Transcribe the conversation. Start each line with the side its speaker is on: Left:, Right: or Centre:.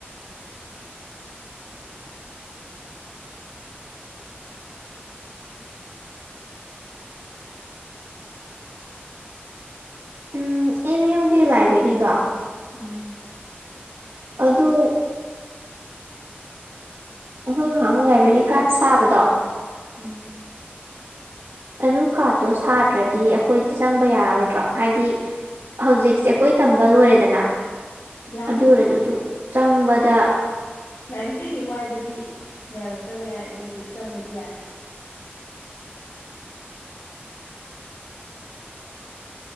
Right: ꯎꯝ ꯑꯦꯝ ꯌꯨꯒꯤ ꯂꯥꯏꯕ꯭ꯔꯦꯔꯤꯗꯣ
Left: ꯎꯝ
Right: ꯑꯗꯨ ꯑꯈꯣꯏ ꯉꯍꯥꯟꯃꯨꯛ ꯂꯥꯏꯕ꯭ꯔꯦꯔꯤ ꯀꯥꯔꯗ ꯁꯥꯕꯗꯣ
Left: ꯎꯝ
Right: ꯑꯗꯨ ꯀꯥꯔꯠꯇꯣ ꯁꯥꯗ꯭ꯔꯗꯤ ꯑꯈꯣꯏꯖꯦ ꯆꯪꯕ ꯌꯥꯔꯔꯣꯏꯗ꯭ꯔꯣ ꯍꯥꯏꯗꯤ ꯍꯨꯖꯤꯛꯁꯦ ꯑꯈꯣꯏ ꯇꯝꯕ ꯂꯣꯏꯔꯦꯗꯅ
Left: ꯌꯥꯅꯤ
Right: ꯑꯗꯨ ꯑꯣꯏꯔꯖꯨ ꯑꯗꯨ ꯆꯪꯕꯗ
Left: ꯂꯥꯏꯔꯤꯛ ꯀꯩꯀꯩ ꯋꯥꯏꯕꯗꯤ ꯌꯥꯔꯛꯇꯕ ꯌꯥꯏ ꯑꯗꯨꯕꯨ ꯆꯪꯕꯗꯤ ꯌꯥꯏ